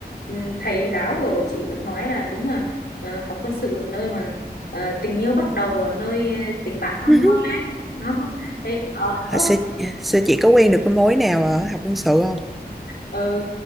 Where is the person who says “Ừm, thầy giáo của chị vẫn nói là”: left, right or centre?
Left